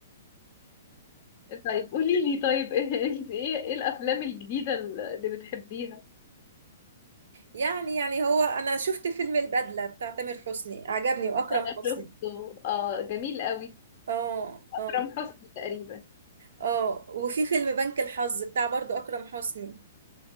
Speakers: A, on the left (about 25°); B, on the right (about 65°).
A: طيب قولي لي طيب <laughs> انت ايه ايه الافلام الجديدة اللي بتحبيها
B: يعني يعني هو انا شفت فيلم البدله بتاع تامر حسني عجبني واكرم
A: انا
B: حسني
A: شفته اه جميل قوي
B: اه
A: اكرم
B: اه
A: حسني تقريبا
B: اه وفي فيلم بنك الحظ بتاع برضو اكرم حسني